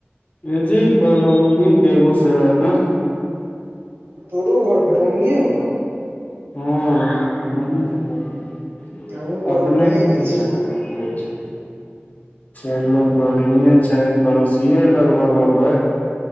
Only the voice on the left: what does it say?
एजे बरौनी बेगूसरायमे।
ह <unintelligible>
अपने
ओम्हरे
छै। चलु बढ़िए छैय, पड़ोसिये लगभग होबै।